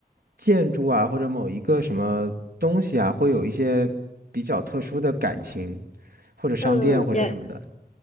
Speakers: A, on the right; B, on the left.
A: 建筑啊，或者某一个什么东西啊，会有一些比较特殊的感情，或者商店或者什么的
B: <laughs> 嗯，也